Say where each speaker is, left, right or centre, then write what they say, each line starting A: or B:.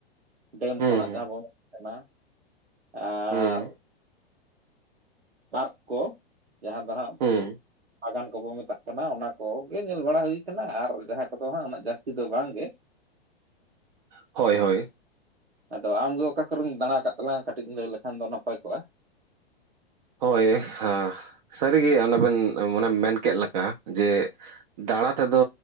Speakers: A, on the right; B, on the right.
A: ᱰᱮᱢ
B: ᱦᱩᱸ
A: ᱠᱚ ᱦᱟᱸᱜ ᱡᱟᱦᱟᱸ ᱵᱚ ᱢᱮᱛᱟᱜ ᱠᱟᱱᱟ ᱟᱨ
B: ᱦᱩᱸ
A: ᱯᱟᱨᱠ ᱠᱚ ᱡᱟᱦᱟᱸ ᱫᱚ ᱦᱟᱸᱜ
B: ᱦᱩᱸ
A: ᱵᱟᱜᱟᱱ ᱠᱚᱵᱚ ᱢᱮᱛᱟᱜ ᱠᱟᱱᱟ ᱚᱱᱟ ᱠᱚᱜᱮ ᱧᱮᱞ ᱵᱟᱲᱟ ᱦᱩᱭ ᱠᱟᱱᱟ ᱟᱨ ᱡᱟᱦᱟᱸ ᱠᱚᱫᱚ ᱦᱟᱸᱜ ᱩᱱᱟᱹᱜ ᱡᱟᱹᱥᱛᱤ ᱫᱚ ᱵᱟᱝ ᱜᱮ <inaudible>
B: ᱦᱳᱭ ᱦᱳᱭ
A: ᱟᱫᱚ ᱟᱢ ᱜᱮ ᱚᱠᱟ ᱠᱚᱨᱮᱢ ᱫᱟᱬᱟ ᱟᱠᱟᱫ ᱛᱟᱞᱟᱝᱼᱟ ᱠᱟᱹᱴᱤᱡ ᱮᱢ ᱞᱟᱹᱭ ᱞᱮᱠᱷᱟᱱ ᱫᱚ ᱱᱟᱯᱟᱭ ᱠᱚᱜᱼᱟ
B: ᱦᱳᱭ ᱥᱟᱹᱨᱤᱜᱮ ᱚᱱᱟ ᱵᱮᱱ ᱢᱟᱱᱮ ᱢᱮᱱ ᱠᱮᱫ ᱞᱮᱠᱟ ᱡᱮ ᱫᱟᱬᱟ ᱛᱮᱫᱚ